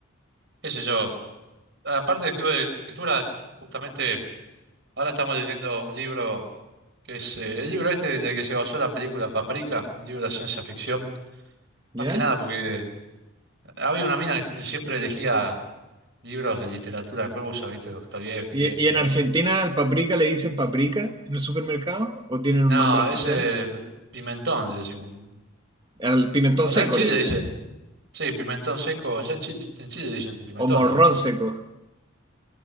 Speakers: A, on the right; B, on the right.
A: qué sé yo. Aparte del club de lectura, justamente ahora estamos leyendo un libro que es eh, el libro este en el que se basó la película Paprika, un libro de ciencia ficción.
B: ¿Ya?
A: Más que nada porque había una mina que siempre elegía libros de literatura rusa, ¿viste? Dostoyevski,
B: ¿Y,
A: esto,
B: y en
A: lo
B: Argentina
A: otro.
B: al paprika le dicen paprika en el supermercado? ¿O tienen un
A: No,
B: nombre especial?
A: ese pimentón, le decimos.
B: Al pimentón
A: Allá
B: seco
A: en Chile
B: le dicen.
A: dicen, sí, pimentón seco, allá en Chile, en Chile dicen pimentón
B: O morrón
A: también, ¿no?
B: seco.